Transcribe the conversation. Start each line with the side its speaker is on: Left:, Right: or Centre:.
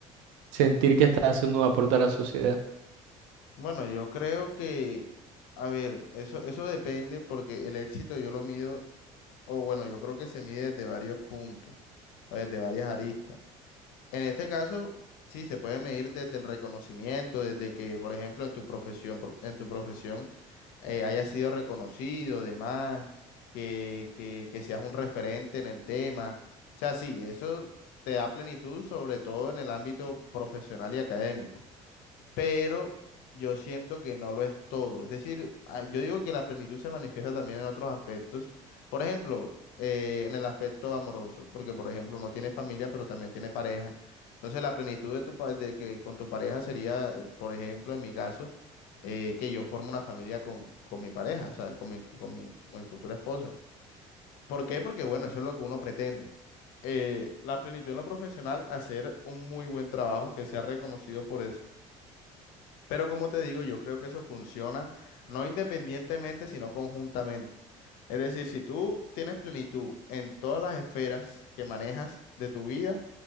Right: sentir que estás haciendo un aporte a la sociedad.
Left: Bueno, yo creo que, a ver, eso, eso depende porque el éxito yo lo mido o bueno, yo creo que se mide desde varios puntos o desde varias aristas. En este caso, sí, se puede medir desde el reconocimiento, desde que, por ejemplo, en tu profesión, pro- en tu profesión eh, haya sido reconocido, demás, que, que, que seas un referente en el tema. O sea, sí, eso te da plenitud, sobre todo en el ámbito profesional y académico pero yo siento que no lo es todo. Es decir, ah, yo digo que la plenitud se manifiesta también en otros aspectos. Por ejemplo, eh, en el aspecto amoroso, porque por ejemplo uno tiene familia, pero también tiene pareja. Entonces la plenitud de tu pa- de que con tu pareja sería, eh, por ejemplo, en mi caso, eh, que yo formo una familia con, con mi pareja, o sea, con mi, con mi, con mi futura esposa. ¿Por qué? Porque bueno, eso es lo que uno pretende. Eh, la plenitud en lo profesional, hacer un muy buen trabajo que sea reconocido por eso pero como te digo, yo creo que eso funciona no independientemente, sino conjuntamente. Es decir, si tú tienes plenitud en todas las esferas que manejas de tu vida,